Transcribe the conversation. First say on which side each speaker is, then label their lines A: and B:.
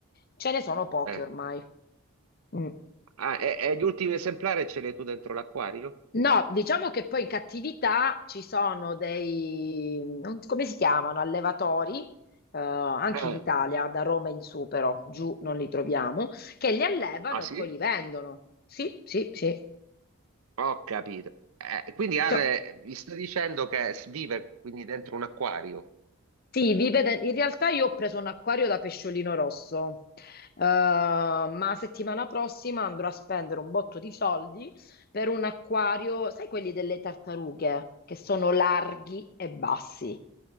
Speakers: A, on the left; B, on the right.
A: ce ne sono pochi
B: eh.
A: ormai. Mm.
B: Ah, e, e gli ultimi esemplari ce li hai tu dentro l'acquario?
A: No, diciamo che poi in cattività ci sono dei, non- so come si chiamano, allevatori, eh, anche
B: Eh,
A: in Italia, da Roma in su però, giù non li troviamo, che li allevano
B: ah sì?
A: e poi li vendono. Sì, sì, sì.
B: Ho capito. Eh, quindi Ale
A: Cioè,
B: mi sta dicendo che s- vive quindi dentro un acquario.
A: sì, vive de- in realtà io ho preso un acquario da pesciolino rosso, eh, ma settimana prossima andrò a spendere un botto di soldi per un acquario, sai quelli delle tartarughe, che sono larghi e bassi.